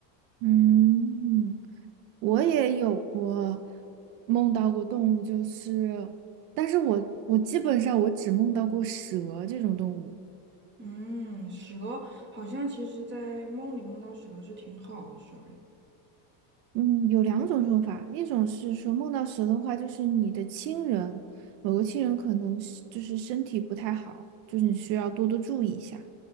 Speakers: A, on the right; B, on the right.
A: 嗯。我也有过梦到过动物，就是，但是我我基本上我只梦到过蛇这种动物。
B: 嗯，蛇好像其实在梦里梦到蛇是挺好的 Sorry。
A: 嗯，有两种说法，一种是说梦到蛇的话，就是你的亲人，某个亲人可能是就是身体不太好，就是你需要多多注意一下。